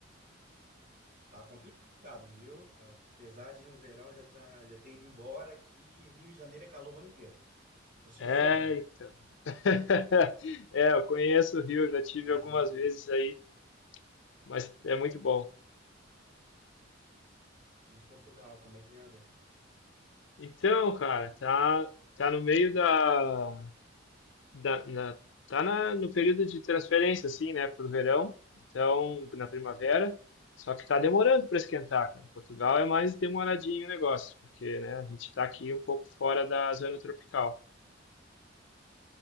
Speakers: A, on the right; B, on the left.
A: Tá complicado, viu? Apesar de o verão já, tá, já ter ido embora, aqui Rio de Janeiro é calor o ano inteiro. Tô sofrendo.
B: É, então. <laughs> É, eu conheço o Rio, já tive
A: E
B: algumas
A: as modas
B: vezes aí, mas é muito bom.
A: em Portugal, como é que anda?
B: Então, cara, tá, tá no meio da, da- na- tá na- no período de transferência, assim, né, pro verão, então, na primavera, só que tá demorando para esquentar, cara. Portugal é mais demoradinho o negócio, porque, né, a gente tá aqui um pouco fora da zona tropical.